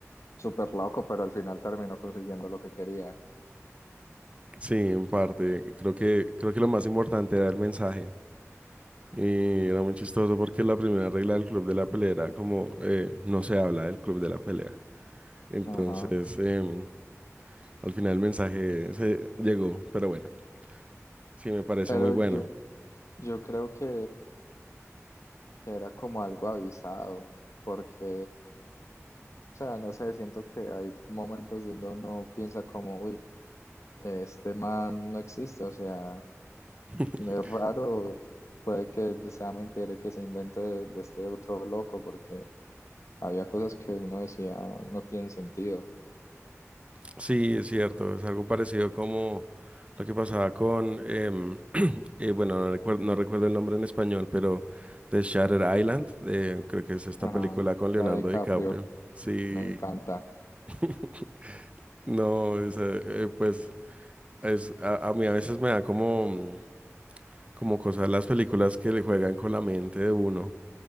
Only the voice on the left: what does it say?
súper loco, pero al final terminó consiguiendo lo que quería.
Ajá,
pero
yo, yo creo que, que era como algo avisado, porque... O sea, no sé, siento que hay momentos donde uno piensa como, uy, este man no existe, o sea,
no es raro, puede que sea mentira y que se invente de, de este otro loco, porque había cosas que uno decía no tienen sentido.
Ah,
la de Caprio,
me encanta.